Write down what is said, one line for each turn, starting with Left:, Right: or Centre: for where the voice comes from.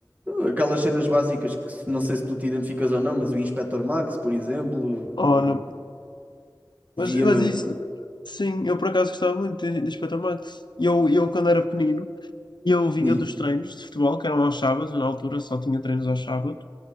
Right: eh, aquelas cenas básicas que se- não sei se tu te identificas ou não, mas o Inspector Max, por exemplo,
Left: Oh, não.
Right: eh,
Left: Mas,
Right: via
Left: mas isso, sim, eu por acaso gostava muito de, de Inspector Max. E Eu, eu, quando era pequenino, eu vinha
Right: diz,
Left: dos treinos de futebol, que eram aos sábados, na altura só tinha treinos aos sábados,